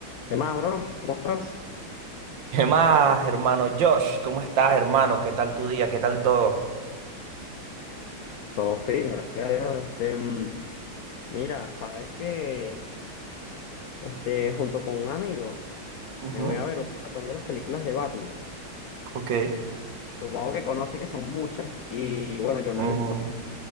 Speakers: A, on the left; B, on the right.
A: ¿Qué más, bro? ¿Cómo estás?
B: ¿Qué más, hermano Josh? ¿Cómo estás, hermano? ¿Qué tal tu día? ¿Qué tal todo?
A: Todo fino, gracias a Dios. Este, mm, mira, sabes que este, junto con un amigo
B: Ujú,
A: me voy a ver un maratón de las películas de Batman.
B: ok.
A: Supongo que conoce que son muchas y bueno, yo no
B: ujú.
A: he visto